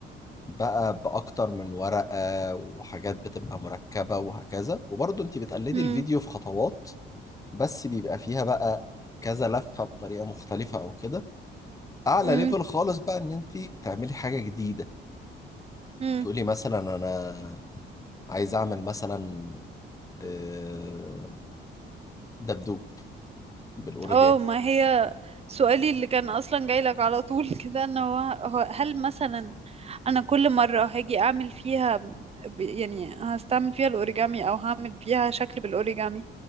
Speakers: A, on the left; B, on the right.
A: بقى باكتر من ورقة وحاجات بتبقى مركبة وهكذا وبرضه انت بتقلدي
B: مم،
A: الفيديو في خطوات بس بيبقى فيها بقى كذا لفة بطريقة مختلفة او كده اعلى
B: مم،
A: ليفل خالص بقى ان انت تعملي حاجة جديدة
B: مم.
A: تقولي مثلا انا عايز اعمل مثلا آه، دبدوب بالاوريجامي
B: اه ما هي سؤالي اللي كان اصلا جاي لك على طول <laughs> كده ان هو هو هل مثلا انا كل مرة هاجي اعمل فيها ب- يعني هستعمل فيها الاوريجامي او هعمل فيها شكل بالاوريجامي